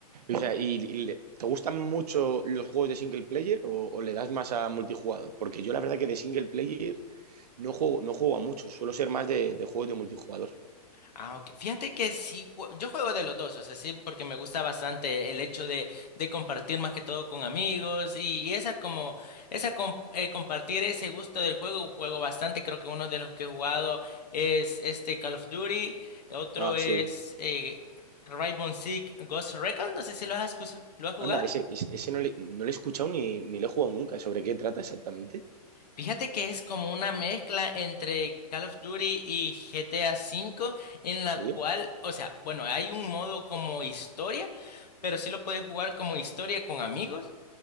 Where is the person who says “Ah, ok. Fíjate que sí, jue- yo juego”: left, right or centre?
Left